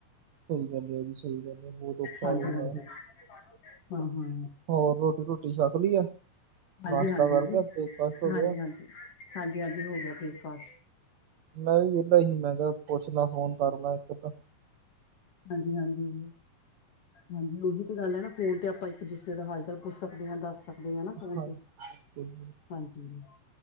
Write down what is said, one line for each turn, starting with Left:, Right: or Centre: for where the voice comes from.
Right: ਸਹੀ ਗੱਲ ਏ ਜੀ। ਸਹੀ ਗੱਲ ਏ, ਬਹੁਤ ਔਖਾ
Left: ਹਾਂਜੀ-ਹਾਂਜੀ
Right: ਹੋ ਜਾਂਦਾ।
Left: <unintelligible> ਹਾ-ਹਾ।
Right: ਹੋਰ ਰੋਟੀ ਰੋਟੀ ਛਕ ਲੀ ਆ
Left: ਹਾਂਜੀ
Right: ਨਾਸ਼ਤਾ
Left: ਹਾਂਜੀ
Right: ਕਰ
Left: ਜੀ
Right: ਲਿਆ, ਬ੍ਰੇਕਫਾਸਟ ਹੋ ਗਿਆ?
Left: ਹਾਂਜੀ ਹਾਂਜੀ ਹਾਂਜੀ ਹਾਂਜੀ ਹੋ ਗਿਆ ਬ੍ਰੇਕਫਾਸਟ
Right: ਮੈਂ ਵੀ ਵਿਹਲਾ ਹੀ ਮਹਿੰਗਾ ਪੁੱਛ ਲ ਫੋਨ ਕਰ ਲਾ ਇੱਕ ਅੱਧਾ।
Left: ਹਾਂਜੀ-ਹਾਂਜੀ ਹਾਂਜੀ ਉਹੀ ਤੇ ਗੱਲ ਹੈ ਨਾ ਫੋਨ ਤੇ ਆਪਾ ਇੱਕ ਦੂਸਰੇ ਦਾ ਹਾਲ ਚਾਲ ਪੁੱਛ ਸਕਦੇ ਹਾ ਦ ਸਕਦੇ ਹਾ ਨਾ ਫੋਨ
Right: ਹਾਂਜੀ,
Left: ਤੇ
Right: ਬਿਲਕੁਲ, ਬਿਲਕੁਲ।
Left: ਹਾਂਜੀ।